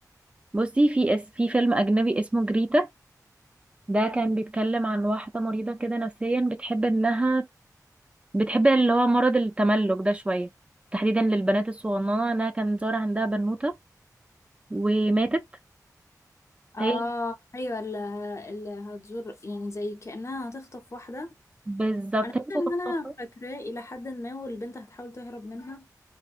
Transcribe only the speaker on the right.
بصي في اس في فيلم أجنبي اسمه جريتا ده كان بيتكلم عن واحدة مريضة كده نفسيا بتحب إنها بتحب اللي هو مرض التملك ده شوية تحديدا للبنات الصغننة إنها كان ظاهر عندها بنوتة وماتت
هي
بالظبط
هي مش هتختارها